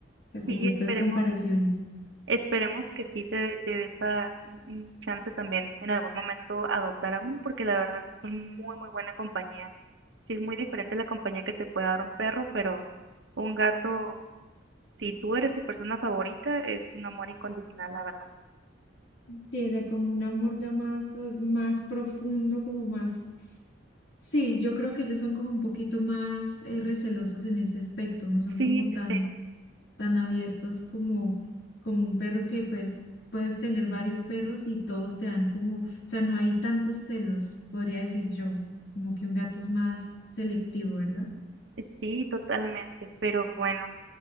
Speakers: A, on the left (about 75°); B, on the right (about 70°).
A: sea,
B: sí,
A: como estas
B: esperemos.
A: comparaciones.
B: Esperemos que sí te, te dé esa, un un chance también en algún momento adoptar a uno, porque la verdad es un muy, muy buena compañía. Sí es muy diferente la compañía que te puede dar un perro, pero un gato, si tú eres su persona favorita, es un amor incondicional, la verdad.
A: Sí, o sea, como un amor ya más, es más profundo, como más... Sí, yo creo que ellos son como un poquito más eh, recelosos en ese aspecto, no son
B: Sí,
A: como tan,
B: sí, sí,
A: tan abiertos como, como un perro que pues puedes tener varios perros y todos te dan como, o sea, no hay tantos celos, podría decir yo, como que un gato es más selectivo, ¿verdad?
B: eh, sí, totalmente. Pero bueno,